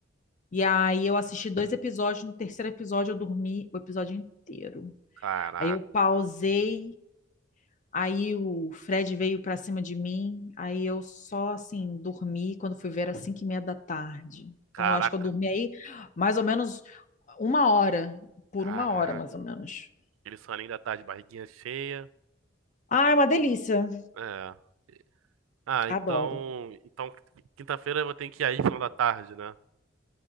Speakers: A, on the left (about 40°); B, on the right (about 80°).
A: E aí eu assisti dois episódios, no terceiro episódio eu dormi o episódio inteiro.
B: Caraca.
A: Aí eu pausei Aí o Fred veio pra cima de mim, aí eu só assim dormi quando fui ver era 5 e meia da tarde.
B: Caraca.
A: Então eu acho que eu dormi aí mais ou menos uma hora, por
B: Caraca.
A: uma hora mais ou menos.
B: Aquele soninho da tarde, barriguinha cheia.
A: Ah, é uma delícia.
B: É. Ah,
A: Adoro.
B: então... Então, quinta-feira eu vou ter que ir aí final da tarde, né?